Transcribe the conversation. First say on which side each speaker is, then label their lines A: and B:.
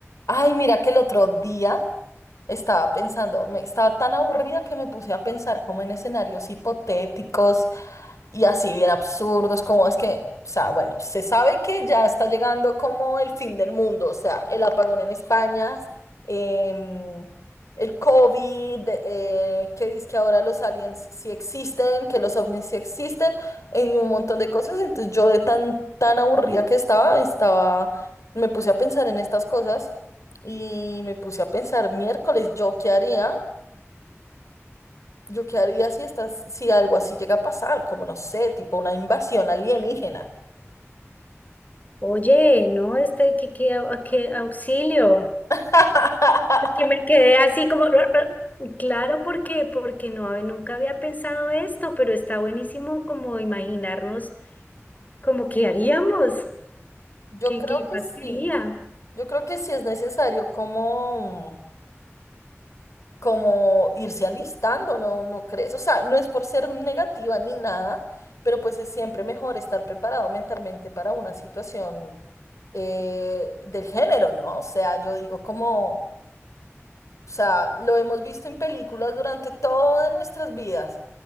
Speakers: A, on the left (about 85°); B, on the left (about 35°).
A: Ay, mira que el otro día estaba pensando, me estaba tan aburrida que me puse a pensar como en escenarios hipotéticos y así bien absurdos, como es que, o sea, bueno, se sabe que ya está llegando como el fin del mundo, o sea, el apagón en España, em, el COVID, eh, que dice que ahora los aliens sí existen, que los ovnis sí existen, y un montón de cosas, entonces yo de tan, tan aburrida que estaba, estaba, me puse a pensar en estas cosas y me puse a pensar miércoles, ¿yo qué haría? Yo qué haría si estás, si algo así llega a pasar, como no sé, tipo una invasión alienígena.
B: Oye, no, este, qué, qué au- qué auxilio.
A: <laughs>
B: Que me quedé así como, "Ra, ra". claro, porque, porque no, nunca había pensado esto, pero está buenísimo como imaginarnos como qué haríamos,
A: Yo
B: qué,
A: creo
B: qué
A: que
B: pasaría.
A: sí. Yo creo que sí es necesario como, como irse alistando, ¿no? ¿No crees? O sea, no es por ser negativa ni nada, pero pues es siempre mejor estar preparado mentalmente para una situación eh, del género, ¿no? O sea, yo digo como, o sea, lo hemos visto en películas durante todas nuestras vidas.